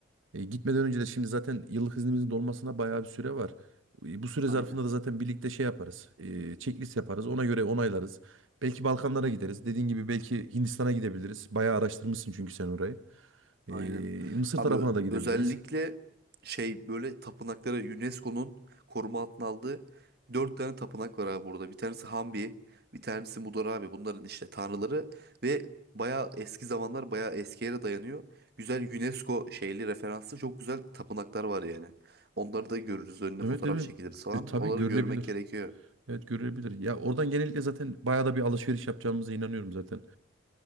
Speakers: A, on the right; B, on the right.
A: E, gitmeden önce de şimdi zaten yıllık iznimizin dolmasına bayağı bir süre var. E, Bu süre
B: Aynen.
A: zarfında da zaten birlikte şey yaparız. E, checklist yaparız. Ona göre onaylarız. Belki Balkanlara gideriz. Dediğin gibi belki Hindistan'a gidebiliriz. Bayağı araştırmışsın çünkü sen orayı. E,
B: Aynen.
A: Mısır
B: Abi
A: tarafına
B: ö-
A: da gidebiliriz.
B: özellikle şey böyle tapınakları UNESCO'nun koruma altına aldığı dört tane tapınak var abi burada. Bir tanesi Hambi, bir tanesi Mudar abi. Bunların işte tanrıları ve bayağı eski zamanlar bayağı eski yere dayanıyor. Güzel UNESCO şeyli referanslı çok güzel tapınaklar var yani. Onları da görürüz. Önüne
A: Evet
B: fotoğraf
A: evet.
B: çekiliriz falan.
A: E, tabii
B: Onları
A: görülebilir.
B: görmek gerekiyor.
A: Evet görülebilir. Ya oradan genellikle zaten bayağı da bir alışveriş yapacağımıza inanıyorum zaten.